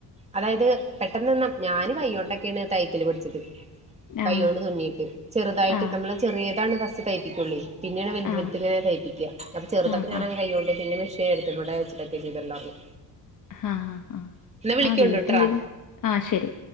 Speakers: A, on the right (about 15°); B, on the left (about 50°).
A: അതായത് പെട്ടെന്ന്ന്നും ഞാന് കൈകൊണ്ടൊക്കെയാണ് തൈക്കല് പഠിച്ചത് കൈ
B: ആഹ്
A: കൊണ്ട് തുന്നിയിട്ട്. ചെറുതായിട്ട്
B: ആഹ്
A: നമ്മളെ ചെറിയതാണ് ഫസ്റ്റ് തയ്പ്പിക്കുള്ളേ പിന്നെയാണ് വ <unintelligible>
B: ആഹ്
A: തയ്പ്പിക്ക. അപ്പ ചെറുതൊക്കെ
B: ആഹ്
A: ഞാനങ്ങനെ
B: ആഹ് ആഹ്
A: കയ്യോണ്ട് പിന്നെ മിഷയ എടുത്തിമ്മടെ വെച്ചക്കെ ചെയ്തിട്ടണ്ടഞ്ഞു
B: ആഹ് ആ ആ
A: വിളിക്കോണ്ടുട്ട്രാ
B: ആ വീട്ടിലിരു ആഹ് ശരി